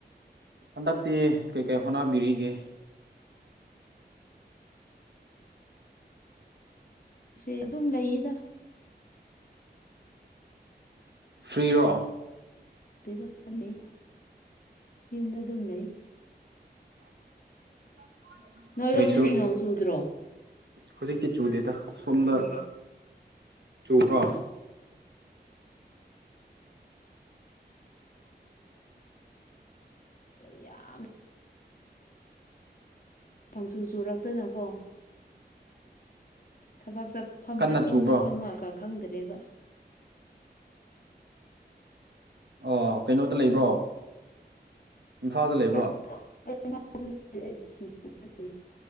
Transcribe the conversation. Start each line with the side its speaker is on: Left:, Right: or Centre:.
Right: ꯍꯟꯗꯛꯇꯤ ꯀꯩ ꯀꯩ ꯍꯣꯠꯅꯕꯤꯔꯤꯒꯦ
Left: ꯁꯦ ꯑꯗꯨꯝ ꯂꯩꯌꯦꯗ
Right: ꯐ꯭ꯔꯤꯔꯣ
Left: ꯑꯗ ꯂꯩ ꯌꯨꯝꯗ ꯑꯗꯨꯝ ꯂꯩ
Right: <unintelligible>
Left: ꯅꯣꯏꯔꯣꯝꯗꯗꯤ
Right: ꯑꯩꯈꯣꯏꯁꯨ
Left: ꯅꯣꯡ ꯆꯨꯗ꯭ꯔꯣ
Right: ꯍꯧꯖꯤꯛꯇꯤ ꯆꯨꯗꯦꯗ ꯁꯣꯝꯗ
Left: ꯎꯝ
Right: ꯆꯨꯕ꯭ꯔꯣ
Left: ꯌꯥꯝ ꯄꯪꯁꯨꯨ ꯆꯨꯔꯛꯇꯅꯀꯣ ꯊꯕꯛ ꯆꯠꯐꯝ
Right: ꯀꯟꯅ
Left: ꯆꯠꯊꯣꯛ
Right: ꯆꯨꯕ꯭ꯔꯣ
Left: ꯆꯠꯐꯝꯃꯒ ꯈꯪꯗ꯭ꯔꯦꯕ
Right: ꯑꯣ ꯀꯩꯅꯣꯗ ꯂꯩꯕ꯭ꯔꯣ ꯏꯝꯐꯥꯜꯗ ꯂꯩꯕ꯭ꯔꯣ
Left: <unintelligible>